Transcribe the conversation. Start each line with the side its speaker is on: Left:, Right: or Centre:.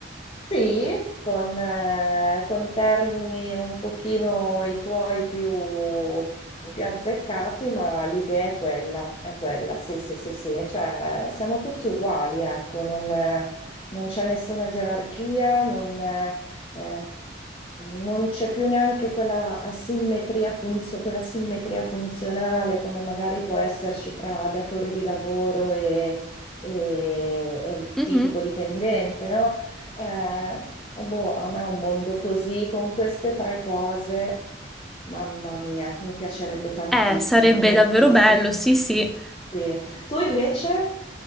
Left: Sì, con, eh, con termini un pochino i tuoi più, più azzeccati, ma l'idea è quella, è quella, sì, sì, sì, sì, cioè siamo tutti uguali, ecco, non, eh, non c'è nessuna gerarchia, non, eh, eh, non c'è più neanche quella asimmetria funzio- quella simmetria funzionale come magari può esserci tra datore di lavoro e e- e il
Centre: Mhm.
Left: tipico dipendente, no? Eh, boh, a me è un mondo così, con queste tre cose, mamma mia, mi piacerebbe tantissimo,
Centre: Eh, sarebbe
Left: tantissimo.
Centre: davvero bello, sì, sì.
Left: Sì. Tu invece